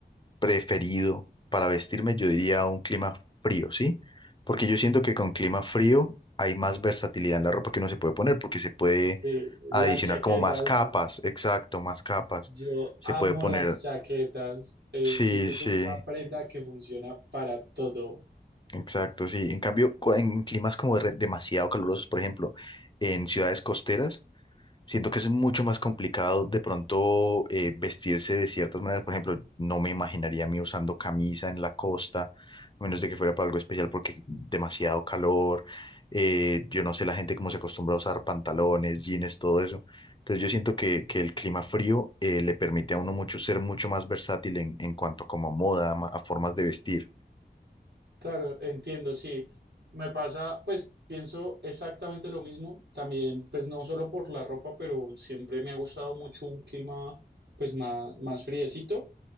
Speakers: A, on the left (about 25°); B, on the right (about 80°).
A: preferido para vestirme, yo diría un clima frío, ¿sí? Porque yo siento que con clima frío hay más versatilidad en la ropa que uno se puede poner, porque se puede
B: Sí,
A: adicionar
B: las chaquetas,
A: como más capas, exacto, más capas.
B: yo
A: Se
B: amo
A: puede poner,
B: las chaquetas. Eh,
A: sí,
B: siento
A: sí,
B: que es una prenda que funciona para todo.
A: exacto, sí. En cambio, cu- en climas como de- demasiado calurosos, por ejemplo, en ciudades costeras, Siento que es mucho más complicado de pronto eh, vestirse de ciertas maneras. Por ejemplo, no me imaginaría a mí usando camisa en la costa, a menos de que fuera para algo especial porque demasiado calor. Eh, yo no sé la gente cómo se acostumbra a usar pantalones, jeans, todo eso. Entonces yo siento que, que el clima frío eh, le permite a uno mucho ser mucho más versátil en, en cuanto como moda, ma- a formas de vestir.
B: Claro, entiendo, sí. Me pasa, pues pienso exactamente lo mismo. También, pues no solo por la ropa, pero siempre me ha gustado mucho un clima, pues más, más friecito.